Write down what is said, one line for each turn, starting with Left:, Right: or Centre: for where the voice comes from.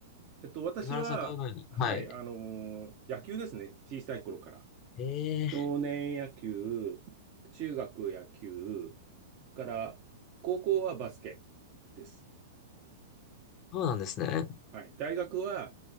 Right: えっと、私は、
Left: 井原さんはどういうのにはい。
Right: はい、あのー野球ですね。小さい頃から。
Left: ええ
Right: 少年野球、中学野球、から、高校はバスケです。
Left: そうなんですね。
Right: はい。大学は、